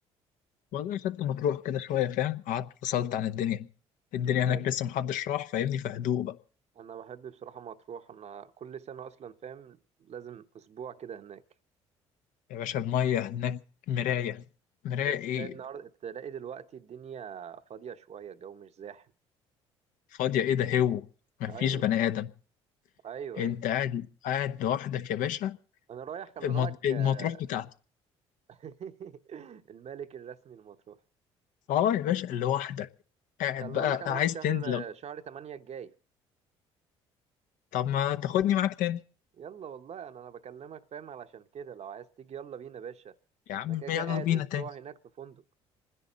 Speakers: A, on the left; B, on the right.
A: والله خدت مطروح كده شوية فاهم قعدت فصلت عن الدنيا الدنيا
B: حلو
A: هناك لسه محدش راح فاهمني في هدوء بقى
B: انا بحب بصراحه مطروح انا كل سنه اصلا فاهم لازم اسبوع كده هناك
A: يا باشا المية هناك مراية مراية
B: بس
A: ايه
B: تلاقي النهارده تلاقي دلوقتي الدنيا فاضيه شويه الجو مش زاحم
A: فاضية ايه ده هو مفيش
B: ايوه
A: بني آدم
B: ايوه
A: انت
B: ايوه
A: قاعد قاعد لوحدك يا باشا
B: انا رايح خلي
A: المط-
B: بالك
A: المطروح
B: آه،
A: بتاعتك
B: <laughs> الملك الرسمي لمطروح
A: اه يا باشا لوحدك قاعد
B: خلي
A: بقى
B: بالك انا
A: عايز
B: رايح شهر
A: تنزل
B: شهر 8 الجاي
A: طب ما تاخدني معاك تاني
B: يلا والله انا انا بكلمك فاهم علشان كده لو عايز تيجي يلا بينا يا باشا
A: يا عم
B: انا كده كده
A: يلا
B: قاعد
A: بينا
B: اسبوع
A: تاني
B: هناك في فندق